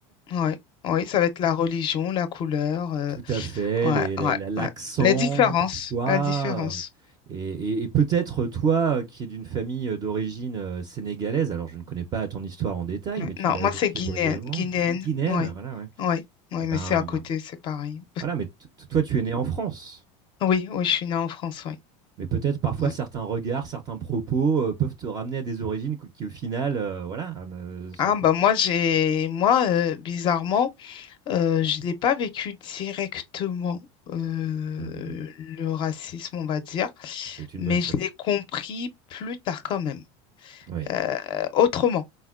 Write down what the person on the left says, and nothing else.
Ouais, ouais, ça va être la religion, la couleur. euh,
ouais,
ouais,
ouais. La différence,
la différence.
Ouais.
Non,
moi
c'est guinéenne,
guinéenne.
Ouais,
ouais, ouais,
mais c'est à côté, c'est pareil.
Oui, oui, je suis née en France, oui.
Ouais.
Ah bah moi j'ai moi euh, bizarrement euh, je l'ai pas vécu directement euh,
le racisme on va dire
mais
je l'ai compris plus tard quand même
euh, autrement